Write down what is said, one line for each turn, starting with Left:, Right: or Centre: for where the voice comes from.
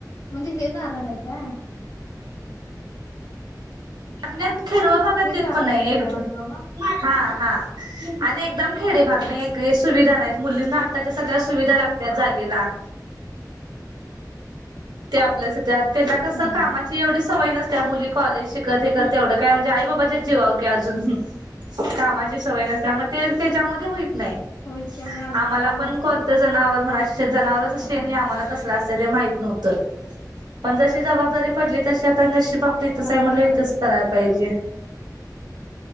Left: म्हणजे हे कारण आहे काय
Right: म्हणजे खेडवळ भागात
Left: हे
Right: देत
Left: कारण
Right: पण नाही
Left: आहे का त्याच्या
Right: एक
Left: पाठीमागं
Right: हा हा आणि एकदम खेडे भागणे एक एक सुविधा नाहीत मुलींना आताच्या सगळ्या सुविधा लागतात त्या जागेला ते आपल्यासाठी त्यांना कसं
Left: हा
Right: कामाची
Left: हा
Right: एवढी स सवय नसत्या मुली कॉलेज शिकत हे करत तेवढं काय म्हणजे आई बाबाच्या जीवावर कि अजून कामाची सवय नसत्या मग ते त्याच्यामध्ये होईत नाही
Left: होयच की आणि आलड
Right: आम्हाला पण
Left: असतात
Right: कोणतं जनावर म्हणा जनावरच
Left: हा
Right: शेण
Left: हा
Right: हे आम्हाला
Left: हा हा
Right: कसल असतय ते माहित नव्हत पण जशी जबाबदारी पडली तशी आता नशीब आपल इथच
Left: पण आता
Right: आहे म्हणल
Left: करावं
Right: इतच कराय पाहिजे.